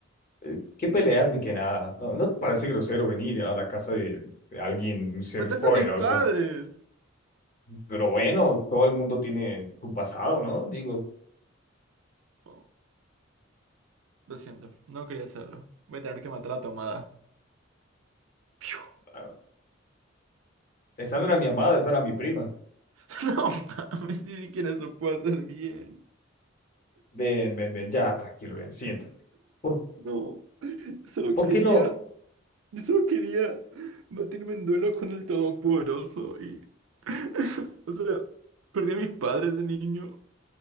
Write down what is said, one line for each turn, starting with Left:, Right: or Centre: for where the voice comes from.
Left: Eh, ¿qué peleas ni qué nada? No, ¿no te parece grosero venir a la casa de, de alguien, un ser
Right: Mataste
Left: poderoso?
Right: a mis padres.
Left: Pero bueno, todo el mundo tiene su pasado, ¿no? Digo,
Right: Oh, lo siento, no quería hacerlo. Voy a tener que matar a Tomada. Piu.
Left: ah, esa no era mi amada, esa era mi prima.
Right: <laughs> No mames, ni siquiera eso puedo hacer bien.
Left: Ven, ven, ven, ya, tranquilo, ven, siéntate. ¿Por,
Right: No, solo
Left: por
Right: quería,
Left: qué no?
Right: yo solo quería batirme en duelo con el Todopoderoso y, <laughs> o sea, perdí a mis padres de niño.